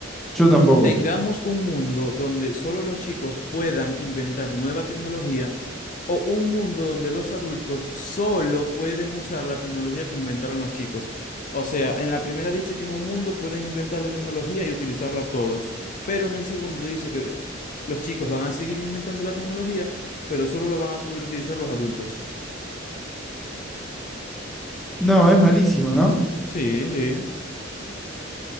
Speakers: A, in the centre; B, on the left (about 40°).
A: Yo tampoco.
B: tengamos un mundo donde solo los chicos puedan inventar nueva tecnología o un mundo donde los adultos solo pueden usar la tecnología que inventaron los chicos. O sea, en la primera dice que en un mundo pueden inventar la tecnología y utilizarla todos, pero en el segundo dice que los chicos van a seguir inventando la tecnología, pero solo lo van a poder utilizar los adultos.
A: No, es malísima, ¿no?
B: Sí, sí.